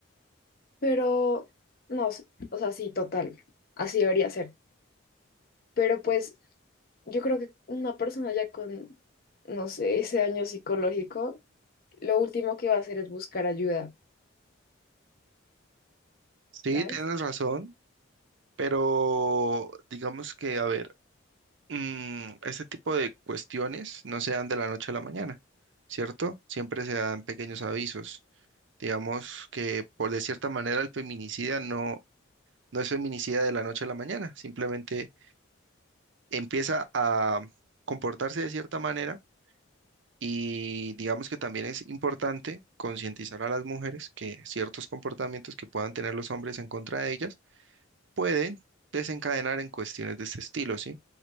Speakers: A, on the left; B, on the right.
A: Pero, no, sé, o sea, sí, total, así debería ser. Pero pues yo creo que una persona ya con, no sé, ese daño psicológico, lo último que va a hacer es buscar ayuda,
B: Sí,
A: ¿sabes?
B: tienes razón, pero digamos que, a ver. mm, este tipo de cuestiones no se dan de la noche a la mañana, ¿cierto? Siempre se dan pequeños avisos. Digamos que por de cierta manera el feminicida no, no es feminicida de la noche a la mañana, simplemente empieza a comportarse de cierta manera y digamos que también es importante concientizar a las mujeres que ciertos comportamientos que puedan tener los hombres en contra de ellas pueden desencadenar en cuestiones de este estilo, ¿sí?